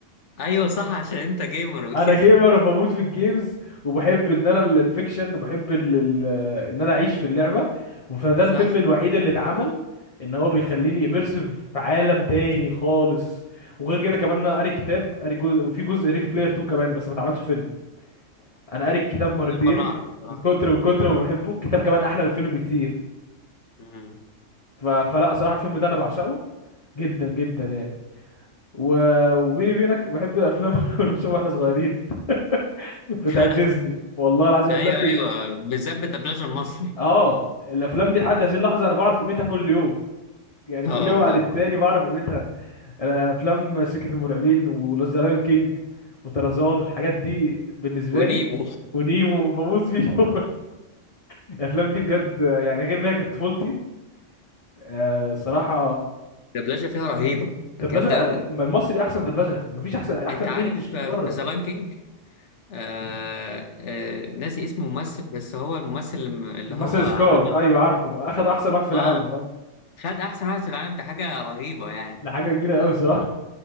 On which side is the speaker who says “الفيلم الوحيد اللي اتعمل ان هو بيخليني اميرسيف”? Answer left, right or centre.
Left